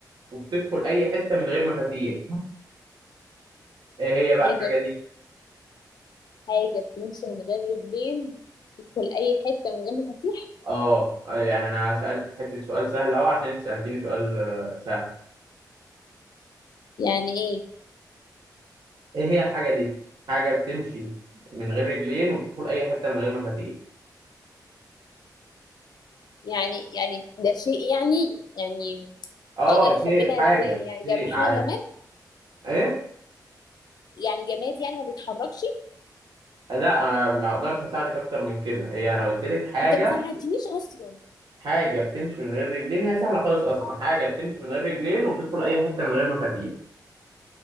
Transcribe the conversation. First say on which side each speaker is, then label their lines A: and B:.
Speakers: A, on the right (about 80°); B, on the left (about 70°).
A: وبتدخل اي حته من غير مفاتيح ايه هي بقى
B: حاجة
A: الحاجه دي
B: حاجة بتمشي من غير رجلين تدخل أي حتة من غير مفاتيح
A: اه آه، يعني انا سالتك حته سؤال سهل اهو عشان انت سالتيني سؤال آه، سهل
B: يعني ايه
A: ايه هي الحاجه دي حاجه بتمشي من غير رجلين وبتدخل اي حته من غير مفاتيح
B: يعني يعني ده شيء يعني يعني
A: اه
B: اقدر اخبيها
A: هي حاجه
B: ازاي يعني جم
A: هي
B: حاجه
A: عادي
B: جماد
A: ايه
B: يعني جماد يعني ما بيتحركش
A: لا آه، ما اقدرش اساعدك اكتر من كده هي انا قلت لك حاجه
B: انت ما ساعدتنيش اصلا
A: حاجه بتمشي من غير رجلين هي سهله خالص اصلا حاجه بتمشي من غير رجلين وبتدخل اي حته من غير مفاتيح